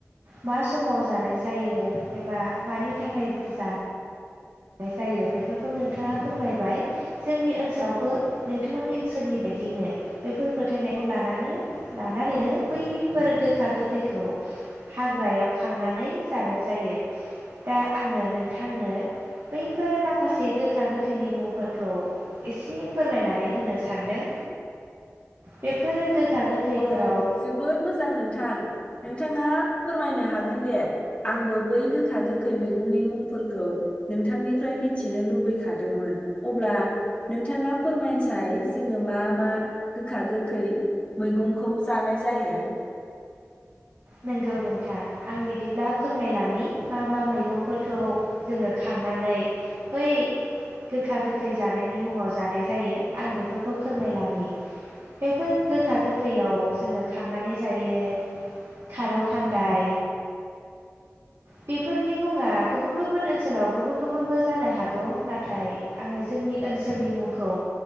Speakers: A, on the right; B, on the left.
A: मा समाव जानाय जायो एबा मानि थाखाय जानाय जायो बेफोरखौ नोंथाङा फोरमायबाय जोंनि ओनसोलावबो नोंथांमोननि ओनसोलनि बायदिनो बेफोर फोथायनायखौ लानानै लानानैनो बैफोर गोखा गोखैखौ हाग्रायाव खांनानै जानाय जायो दा आङो नोंथांनो बैफोर माखासे गोखा गोखैनि मुंफोरखौ एसे फोरमायनानै होनो सानदों बेफोरो गोखा गोखैफोराव
B: औ जोबोद मोजां नोंथां। नोंथाङा फोरमायनो हागोन दे आंबो बै गोखा गोखै मैगंनि मुंफोरखौ नोंथांनिफ्राय मिथिनो लुबैखादोंमोन अब्ला नोंथाङा फोरमायसाय जोङो मा मा गोखा गोखै मैगंखौ जानाय जायो।
A: नंगौ नोंथां आं बिदिब्ला फोरमायलाङनि मा मा मैगंफोरखौ जोङो खांनानै बै गोखा गोखै जानायनि मुङाव जानाय जायो आं बेफोरखौ फोरमायलाङि बेफोर गोखा गोखैयाव जोङो खांनानै जायो। खारौ खान्दाय बेफोरनि मुङा गुबुन गुबुन ओनसोलाव गुबुन गुबुनबो जानो हागौ नाथाय आङो जोंनि ओनसोलनि मुंखौ